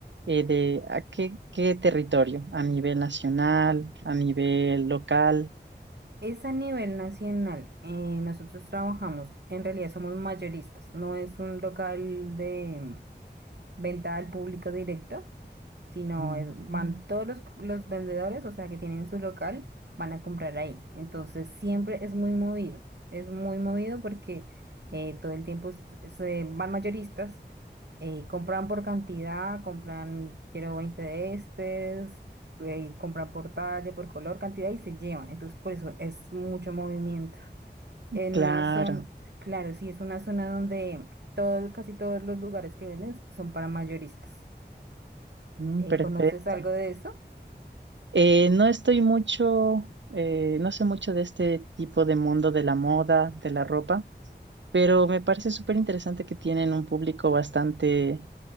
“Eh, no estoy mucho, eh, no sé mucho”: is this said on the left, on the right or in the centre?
Right